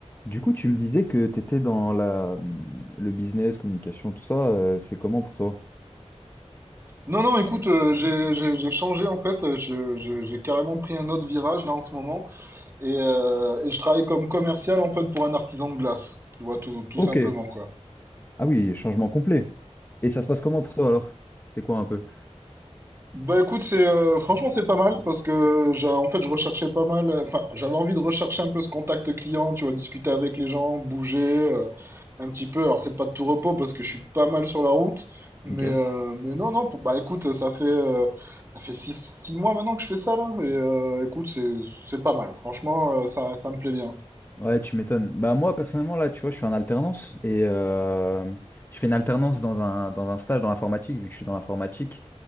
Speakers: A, on the left; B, on the right.
A: Du coup, tu me disais que tu étais dans la, mmh, le business, communication, tout ça, euh, c'est comment pour toi?
B: Non, non, écoute, euh, j'ai j'ai- j'ai changé en fait. euh, je- je- J'ai carrément pris un autre virage là en ce moment et, euh, et je travaille comme commercial en fait pour un artisan de glace. Tu vois, tout, tout
A: Ok.
B: simplement quoi.
A: Ah oui, changement complet. Et ça se passe comment pour toi alors? C'est quoi un peu?
B: Bah écoute, c'est euh, franchement c'est pas mal parce que j'a- en fait je recherchais pas mal, euh, enfin j'avais envie de rechercher un peu ce contact client, tu vois, discuter avec les gens, bouger euh, un petit peu. Alors c'est pas de tout repos parce que je suis pas mal sur la route, mais
A: Ok.
B: euh, mais non non, pour- bah écoute, ça fait euh, ça fait six, six mois maintenant que je fais ça là et euh, écoute c'est c'est pas mal. Franchement euh, ça ça me plaît bien.
A: Ouais, tu m'étonnes. Bah moi, personnellement, là, tu vois, je suis en alternance et euh, je fais une alternance dans un, dans un stage dans l'informatique, vu que je suis dans l'informatique.